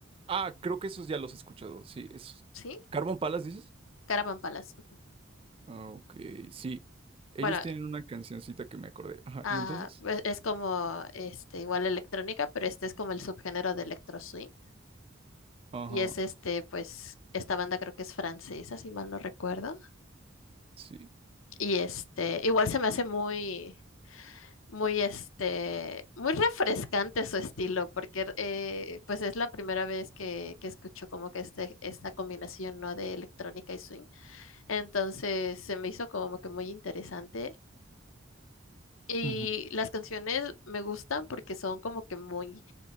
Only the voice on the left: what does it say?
¿Sí?
Caravan Palace.
Bueno,
Ah,
pues, es como este igual electrónica, pero este es como el subgénero de electro swing
y es este pues esta banda creo que es francesa, si mal no recuerdo.
Y este igual se me hace muy muy este muy refrescante su estilo porque eh, pues es la primera vez que, que escucho como que este esta combinación no de electrónica y swing. Entonces se me hizo como que muy interesante. Y
las canciones me gustan porque son como que muy